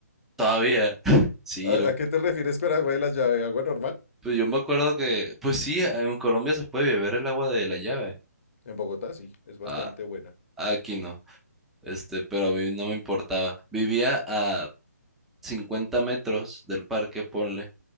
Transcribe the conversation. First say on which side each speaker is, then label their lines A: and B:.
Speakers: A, in the centre; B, on the left (about 50°).
A: Todavía. <laughs> Sí,
B: ¿A,
A: yo,
B: a qué te refieres con agua de la llave? ¿Agua normal?
A: pues yo me acuerdo que, pues sí, en Colombia se puede beber el agua de la llave.
B: En Bogotá sí, es bastante
A: Ah,
B: buena.
A: aquí no. Este, pero a mí no me importaba. Vivía a 50 metros del parque, ponle,